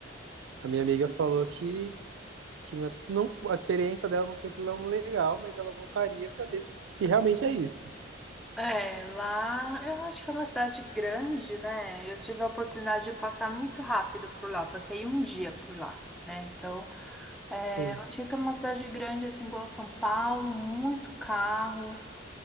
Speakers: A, on the right (about 80°); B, in the centre.
A: a minha amiga falou que que não, é, não a experiência dela não foi tão legal, mas ela voltaria pra ver se, se realmente é isso.
B: É, lá eu acho que é uma cidade grande, né? Eu tive a oportunidade de passar muito rápido por lá, passei um dia por lá, né? Então, é,
A: Sim.
B: eu achei que é uma cidade grande, assim, igual São Paulo, muito carro,